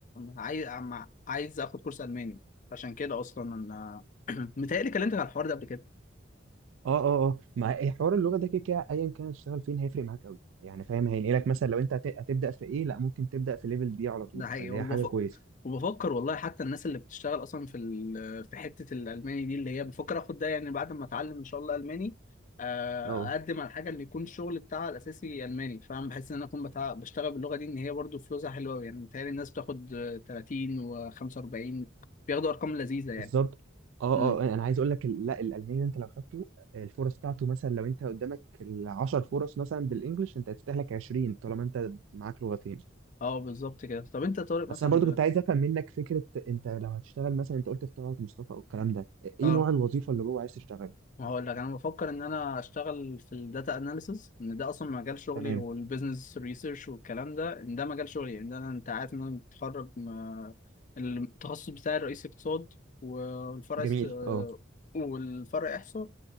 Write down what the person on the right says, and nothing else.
اه اه اه مع إيه حوار اللغه ده كده كده ايا كان هتشتغل فين هيفرق معاك قوي يعني فاهم هينقلك مثلا لو انت هت- هتبدا في ايه لا ممكن تبدا في ليفل دي على طول
فاللي
هي حاجه كويسه
اه
بالظبط
اه
اه أه. انا عايز اقول لك ال- لا الالماني ده انت لو خدته الفرص بتاعته مثلا لو انت قدامك 10 فرص مثلا بالانجلش انت هتفتح لك 20 طالما انت معاك لغتين
بس انا برضو
كنت عايز افهم منك فكره انت لو هتشتغل مثلا انت قلت في طلعت مصطفى او الكلام ده ايه
نوع الوظيفه اللي هو عايز تشتغلها
تمام
جميل
اه